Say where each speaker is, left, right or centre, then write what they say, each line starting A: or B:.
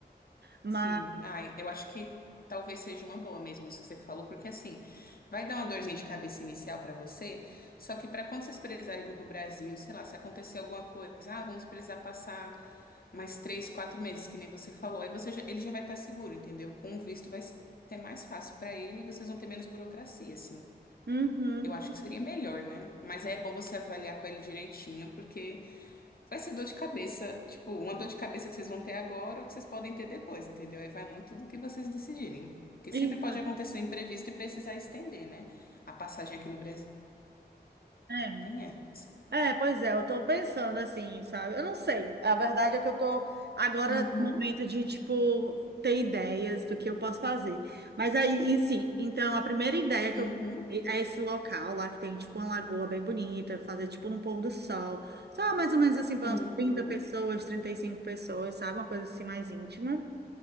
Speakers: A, on the right (about 75°); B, on the left (about 60°).
A: Mas
B: Sim, ai, eu acho que talvez seja uma boa mesmo isso que você falou, porque assim, vai dar uma dorzinha de cabeça inicial pra você, só que pra quando vocês precisarem vir pro Brasil, sei lá, se acontecer alguma coisa, ah, vamos precisar passar mais três, quatro meses, que nem você falou, aí você já- ele já vai estar seguro, entendeu? Com o visto vai ser mais fácil pra ele e vocês vão ter menos burocracia, assim.
A: Uhum.
B: Eu acho que seria melhor, né? Mas aí é bom você avaliar com ele direitinho, porque Vai ser dor de cabeça, tipo, uma dor de cabeça que vocês vão ter agora ou que vocês podem ter depois, entendeu? Aí vai muito do que vocês decidirem. Porque sempre
A: Isso,
B: pode acontecer um imprevisto e precisar estender, né? A passagem aqui no Brasil.
A: é.
B: Tem essa.
A: É, pois é, eu tô pensando assim, sabe? Eu não sei. A verdade é que eu tô agora
B: Uhum,
A: no momento de, tipo, ter ideias do que eu posso fazer. Mas aí, e sim, então a primeira ideia que
B: uhum,
A: eu pensei é esse local lá que tem, tipo, uma lagoa bem bonita, fazer, tipo, num pôr do sol. Só mais ou menos assim, para
B: uhum,
A: umas 30 pessoas, 35 pessoas, sabe? Uma coisa assim mais íntima.